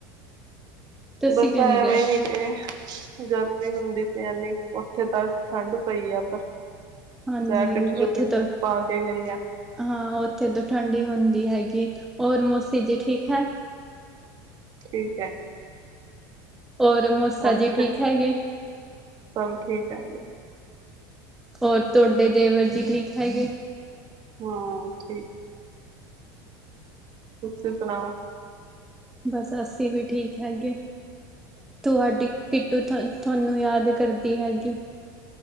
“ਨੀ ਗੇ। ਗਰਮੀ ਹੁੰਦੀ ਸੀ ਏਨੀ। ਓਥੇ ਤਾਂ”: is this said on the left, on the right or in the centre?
Right